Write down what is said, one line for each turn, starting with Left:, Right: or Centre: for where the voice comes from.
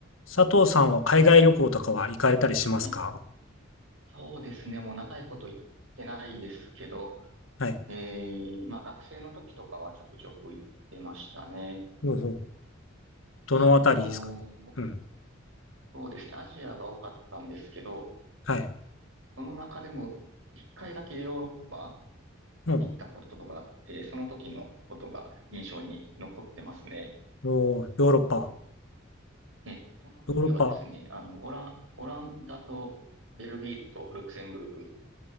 Left: 佐藤さんは海外旅行とかは行かれたりしますか
Right: はい。そうですね。もう長いこと行ってないですけど、
Left: はい。
Right: ええ、まあ学生の時とかはちょくちょく行ってましたね。
Left: ほうんうん。どのあたりですかね。
Right: えっと、
Left: うん。
Right: そうですね。アジアが多かったんですけど、
Left: はい。
Right: その中でも一回だけヨーロッパ
Left: うん。
Right: に行ったことがあって、その時のことが印象に残ってますね。
Left: おー、ヨーロッパ。
Right: え、その時はですね、
Left: ヨーロッパ。
Right: あの、オラ、オランダとベルギーとルクセンブルク